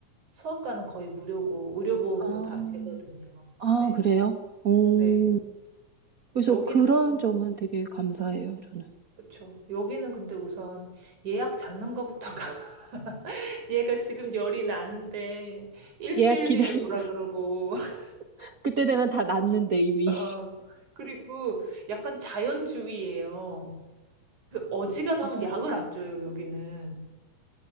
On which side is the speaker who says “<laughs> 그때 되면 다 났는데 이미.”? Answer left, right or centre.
Right